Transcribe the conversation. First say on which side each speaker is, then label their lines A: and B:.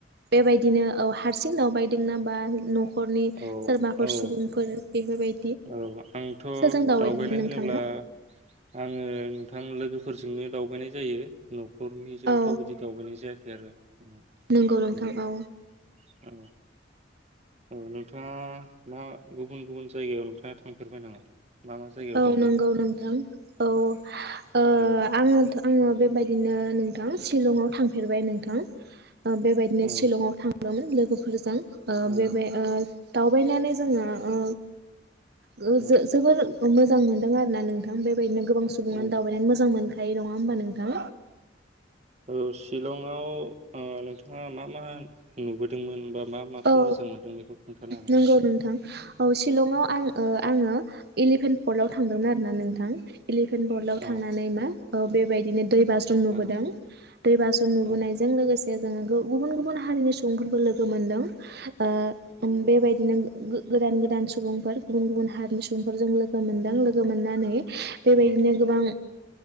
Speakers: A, on the right; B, on the right.
A: बेबायदिनो औ हारसिं दावबाय दोंना बा न'ख नखरनि
B: औ
A: सोरबाफोर
B: औ
A: सुबुंफोर बेफोरबायदि
B: औ आंथ'
A: सोरजों दावबायदोंमोन
B: दावबायनाय
A: नोंथाङा
B: होनोब्ला आङो नोंथां लोगोफोर जोंनो दावबायनाय जायो न'खरनिजोंथ'
A: औ
B: बिदि दावबायनाय जाया खै आरो। औ
A: नंगौ नोंथां
B: बेबादि
A: औ
B: औ औ नोंथाङा मा गुबुन गुबुन जायगायाव नोंथाङा थांफेरबाय नामा? मा मा जायगायाव
A: औ
B: दावबायखो
A: नोंगौ नोंथां औ ओ
B: औ
A: आङो आङो बेबाय दिनो नोंथां शिलंआव थांफेरबाय नोंथां। बेबायदिनो
B: औ
A: शिलंआव थांदोमोन। लोगोफोरजों ओ
B: औ
A: बेबाय ओ दावबायनानै जोङो ओ गो
B: औ
A: जो मोजां मोनदों आरो ना नोंथां बे बेबायदिनो गोबां सुबुङानो
B: औ
A: दावबायनानै मोजां मोनो। खायो नं आ ओमबा नोंथां?
B: ओ शिलंआव ओ नों मा मा नुबोदोंमोन बा मा माखौ
A: औ
B: मोजां मोनदों बेखौ खोन्थानो हागोन
A: नोंगौ
B: नामा?
A: नोंथां औ सिलंआव आं ओ आङो इलिफेनन पल्डआव थांदोंमोन आरो ना नोंथां। एलिफेन्ट बल्डाव
B: औ
A: थांनानै मा औ बेबायदिनो दै बास्रुम नुबोदों
B: औ
A: दै बास्रुम नुबोनायजों
B: औ
A: लोगोसे जोङो गुबुन गुबुन हारिनि सुबुंफोरबो लोगो मोनदों। ओ
B: नंगौ
A: बेबायदिनो गो-गोदान गोदान सुबुंफोर गुबुन गुबुन हारिनि सुबुंफोरजों लोगो मोनदों लोगो मोननानै बेबायदिनो
B: औ
A: गोबां